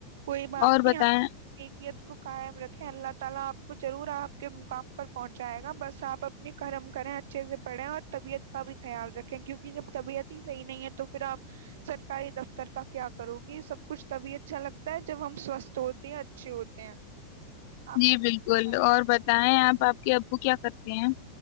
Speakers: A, on the right (about 55°); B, on the left (about 45°).
A: کوئی بات
B: اور
A: نہیں
B: بتائیں
A: کیفیت کو قائم رکھیں اللہ تعالی کو ضرور آپ کے مقام پر پہنچائے گا بس آپ اپنی کرم کریں اچھے سے پڑھیں اور طبیعت کا بھی خیال رکھیں کیوںک کہ جب طبیعت ہی صحیح نہیں ہے تو پھر آپ سرکاری دفتر کا کیا کرو گی سب کچھ طبیعتھا لگ تا جب ہم سوستھ ہوتے ہیں اچھے ہوتے ہیں آپ
B: جی
A: بس
B: بالکل
A: اپنا خیال
B: اور بتائیں آپ آپ کہ ابو کیا کرتے ہیں